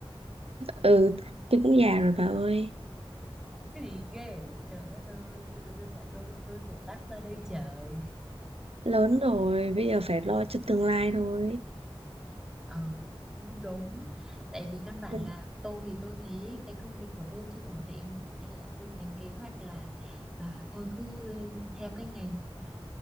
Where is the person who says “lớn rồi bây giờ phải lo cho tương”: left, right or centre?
Right